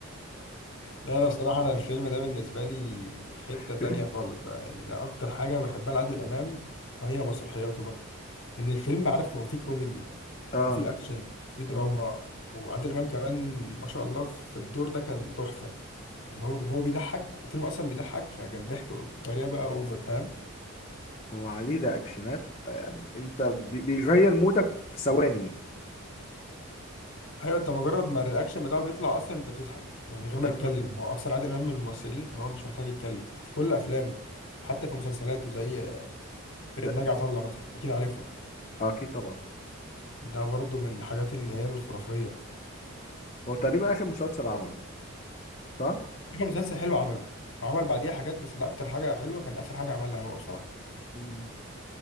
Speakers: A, on the left; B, on the left.
A: لا انا بصراحه انا الفيلم ده بالنسبه لي في حته
B: <laughs>
A: تانية خالص ده يعني ده اكتر حاجه بحبها لعادل امام هي مسرحياته بقى ان الفيلم عارف هو فيه كوميدي
B: اه
A: وفي اكشن وفي دراما
B: اه
A: وعادل امام كمان ما شاء الله في الدور ده كان تحفه يعني هو هو بيضحك وفيلم اصلا بيضحك فكان ضحك بطريقه بقى اوفر فاهم
B: هو عليه رياكشنات يعني انت بي- بيغير مودك في ثواني
A: ايوه انت مجرد ما الرياكشن بتاعه بيطلع اصلا انت بتضحك يعني من غير
B: انت
A: ما يتكلم هو اصلا عادل امام من الممثلين هو مش محتاج يتكلم في كل افلامه حتى في مسلسلاته زي فرقه
B: ده
A: ناجي عطا الله مثلا اكيد عارفها
B: آه، اكيد طبعا
A: ده برضو من الحاجات اللي هي الخرافيه
B: هو تقريبا اخر مسلسل عمله صح
A: اخر مسلسل حلو عمله وعمل بعديها حاجات بس ده اكتر حاجه حلوه كان اخر حاجه عملها هو بصراحه
B: مم.